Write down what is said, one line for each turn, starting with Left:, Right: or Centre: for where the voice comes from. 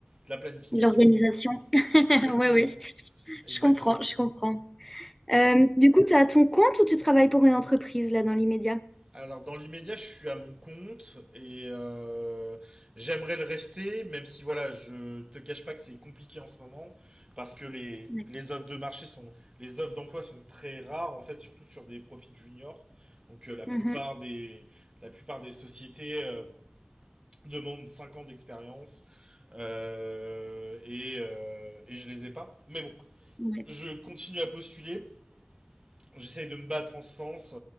Right: de la planification.
Centre: l'organisation. <laughs>
Right: Exactement.
Centre: Oui, oui.
Right: Exactement.
Centre: Je comprends, je comprends. Euh, du coup, tu as ton compte ou tu travailles pour une entreprise là dans l'immédiat?
Right: Alors dans l'immédiat, je suis à mon compte et euh, j'aimerais le rester, même si voilà, je te cache pas que c'est compliqué en ce moment parce que les,
Centre: D'accord.
Right: les offres de marché sont les offres d'emploi sont très rares en fait, surtout sur des profils juniors. Donc euh, la plupart
Centre: Mhm.
Right: des la plupart des sociétés euh, demandent 5 ans d'expérience euh, et, euh, et je les ai pas. Mais bon,
Centre: Ouais,
Right: je continue à postuler, j'essaye de me battre en ce sens